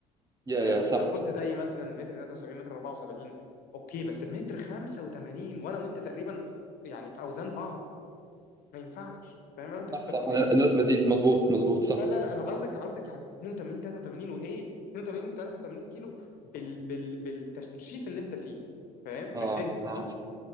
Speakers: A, on the right (about 25°); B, on the left (about 65°).
A: يا
B: فاهم
A: يا صح
B: انت لو كنت
A: صح
B: زي مثلا متر 73 متر 74 اوكي بس بمتر 85 وانا وانت تقريبا يعني في اوزان بعض ما ينفعش فاهم انا وانت
A: صح
B: في السبعينات
A: صح انا أنا لازم ازيد مظبوط مظبوط صح
B: لا لا لا انا عاوزك عاوزك يعني 82 83 وايه 82 83 كيلو بال بال بالتنشيف اللي انت فيه فاهم
A: اه
B: مش دهن
A: اه
B: طبعا